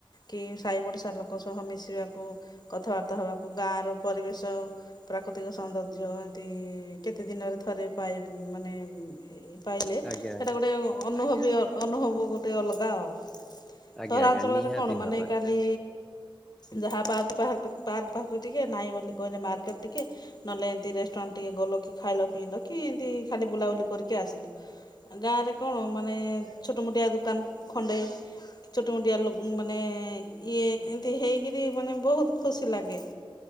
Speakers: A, on the left; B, in the centre.
A: କି ସାହି ପଡିଶା ଲୋକ ସହ ମିଶିବାକୁ କଥାବାର୍ତ୍ତା ହବାକୁ ଗାଁ ର ପରିବେଶ ପ୍ରାକୃତିକ ସୌନ୍ଦର୍ଯ୍ୟ ଏମତି କେତେ ଦିନରେ ଥରେ ପାଇ ମାନେ ଏ-ଏ ପାଇଲେ
B: ଆଜ୍ଞା
A: ସେଇଟା
B: ଆଜ୍ଞା
A: ଗୋଟେ ଅନୁଭବୀ ଅନୁଭବ ଗୋଟେ ଅଲଗା ଆଉ।
B: ଆଜ୍ଞା
A: ସହରାଞ୍ଚଳରେ
B: ଆଜ୍ଞା ନିହାତି
A: କଣ ମାନେ
B: ଭାବରେ
A: କାଲି ଯାହା ପାର୍କ ଫାର୍କ କୁ ପାର୍କ ଫାର୍କ କୁ ଟିକେ ନାଇଁ ବୋଲି କହିଲେ ମାର୍କେଟ ଟିକେ ନହେଲେ ଏମିତି ରେଷ୍ଟୁରାଣ୍ଟ ଟିକେ ଗଲ କି ଖାଇଲ ପିଇଲ କି ଏମତି ଖାଲି ବୁଲାବୁଲି କରିକି ଆସିଲ। ଗାଁ ରେ କଣ ମାନେ ଛୋଟମୋଟିଆ ଦୋକାନ ଖଣ୍ଡେ। ଛୋଟ ମୋଟିଆ ଲୁ ମାନେ ଇଏ ଏମିତି ହେଇକିରି ମାନେ ବହୁତ ଖୁସି ଲାଗେ।